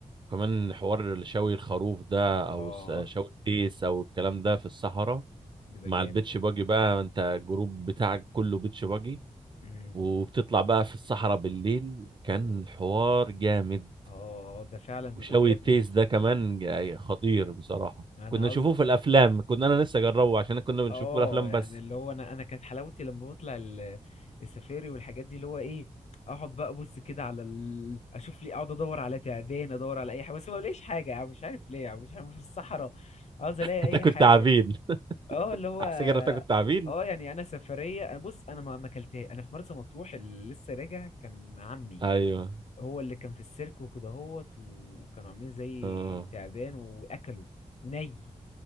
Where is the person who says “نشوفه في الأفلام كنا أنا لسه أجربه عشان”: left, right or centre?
Right